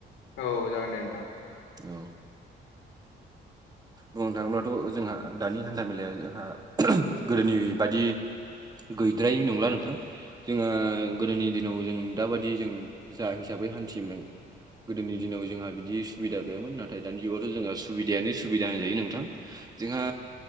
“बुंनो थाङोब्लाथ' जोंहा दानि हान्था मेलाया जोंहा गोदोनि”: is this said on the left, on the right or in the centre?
Right